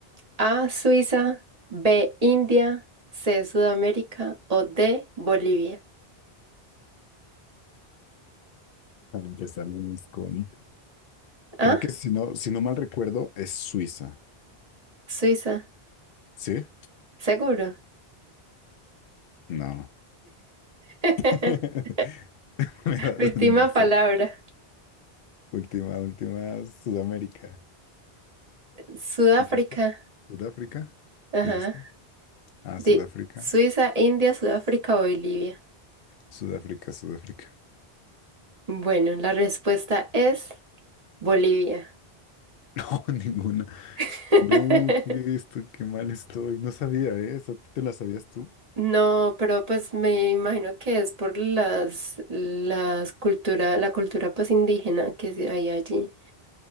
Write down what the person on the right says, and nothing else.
A, Suiza, B, India, C, Sudamérica o D, Bolivia.
Ah,
Suiza,
seguro.
<laughs>
Última
palabra.
Sudáfrica.
Ajá.
De
Suiza, India, Sudáfrica o Bolivia.
Bueno, la respuesta es Bolivia.
<laughs>
No, pero pues me imagino que es por las, las cultura, la cultura pues indígena que sí hay allí.